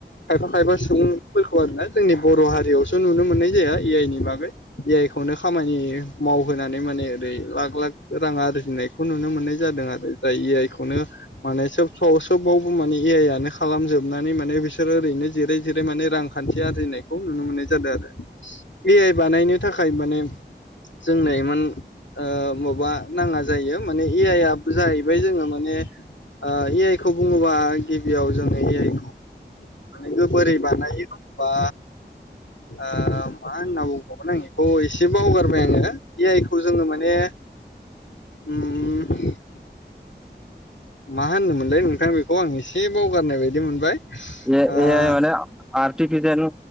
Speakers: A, on the left; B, in the centre.
A: खायफा खायफा सुबुंफोरखौ आरोना जोंनि बर' हारियावसो नुनो मोननाय जाया ए आइ नि बागै ए आइ खौनो खामानि मावहोनानै माने ओरै लाख लाख रां आर्जिनाय खौ नुनो मोननाय जादों आरो जाय ए आइ खौनो माने सोब स' सोबावबो माने ए आइ आनो खालामजोबनानै माने बिसोरो ओरैनो जेरै जेरै माने रांखान्थि आरजिनायखौ नुनो मोननाय जादों आरो। ए आइ बानायनो थाखाय माने जोंनो इमान ओ माबा नाङा जायो माने ए आइ आ जाहैबाय जोङो माने ओ ए आइ खौ बुङोबा गिबियाव जोङो ए आइ खौ माने गोबोरै बानायो होनबा ओ मा होनना बुंबावगोन आं इखौ एसे बावगारबाय आङो ए आइ खौ जोङो माने
B: <inaudible>
A: उम मा होनोमोनलाय नोंथां बेखौ? आं एसे बावगारनाय बायदि मोनबाय।
B: ए-ए
A: ओ
B: आइ माने आरटिफिसियेल